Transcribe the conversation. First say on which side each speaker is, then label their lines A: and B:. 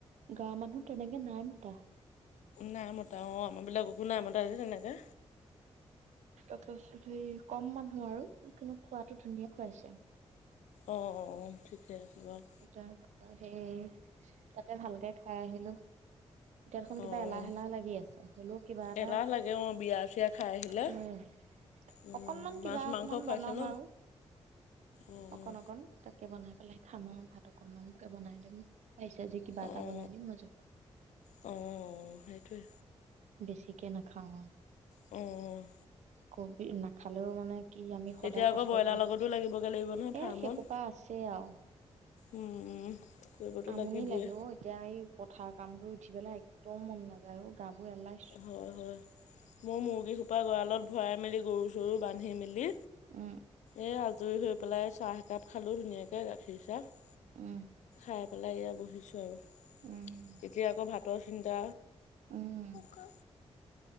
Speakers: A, on the right; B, on the left.
A: গাঁৱৰ মানুহ তেনেকে নাই মতা।
B: নাই মতা অ' আমাৰবিলাককো নাই মতা যে তেনেকে।
A: তাৰপাছত, সেই কম মানুহ আৰু কিন্তু খোৱাটো ধুনীয়া খুৱাইছে।
B: অ', অ', অ' ঠিকে আছে বাৰু।
A: তাৰ পাছত সেই তাতে ভালকে খাই আহিলো। এতিয়া দেখোন কিবা
B: অঁ
A: এলাহ-এলাহ লাগি আছে। হলেও কিবা এটা
B: এলাহ লাগে অঁ বিয়া চিয়া খাই আহিলে
A: উম'।
B: উম,
A: অকনমান কিবা
B: মাছ
A: অকমান
B: মাংস খুৱাইছে
A: বনাম
B: ন
A: আৰু
B: অঁ
A: অকন-অকন ত কে বনাই পেলাই খাম আৰু ভাত অকনমানকে বনাই দিম ভাজি- চাজি দি কিবা এটা
B: অঁ
A: বনাই দিম মই যাব।
B: অঁ অঁ সেইটোৱে
A: বেছিকে নাখাওঁ।
B: উ',
A: কবি নাখালেও মানে কি আমি সদায়
B: এতিয়া আকৌ
A: কষ্ট
B: ব্ৰইলাৰ
A: কৰি
B: লগতো লাগিবগৈ লাগিব নহয়
A: এয়া
B: ফাৰ্মত
A: সে তা আছে আৰু
B: উম, কৰিবতো
A: আমনি
B: লাগিবই
A: লাগে এতিয়া এই পথাৰ কাম কৰি উঠি পেলাই একদম মন নাযায় আৰু গাবোৰ এলাহ
B: হয়, হয় মই মুৰ্গীসোপা গঁডৰালত ভৰাই মেলি গৰু-চৰু বান্ধি মেলি
A: উ'
B: এই আজৰি হৈ পেলাই চাহ একাপ খালো ধুনীয়াকে গাখীৰ চাহ।
A: উম
B: পাই পেলাই বহিছোঁ আৰু।
A: উম',
B: যেতিয়া আকৌ ভাতৰ চিন্তা।
A: উম
B: গ